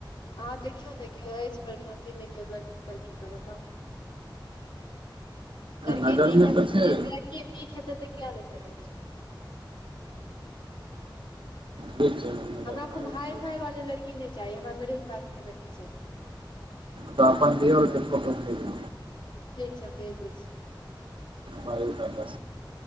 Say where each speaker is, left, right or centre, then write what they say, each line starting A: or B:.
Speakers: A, on the left; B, on the right.
A: अहाँ देखियौ ने, कियो अछि पर फैमिलीमे केओ लड़की- तड़की तऽ बताउ। लड़की
B: नजरिमे
A: नीक हेत,
B: तऽ छै
A: लड़की नीक हेतै तऽ किया नहि करेबै।
B: ठीक छै, हम नजरि
A: हमरा
B: मारै
A: कूनू हाई
B: छियै
A: -फाई वाली लड़की नहि चाही, हमरा मिडिल क्लास के लड़की चाही।
B: त अपन दयौर के फोटो भेजू।
A: ठीक छै भेज दय छी।
B: बायोडाटा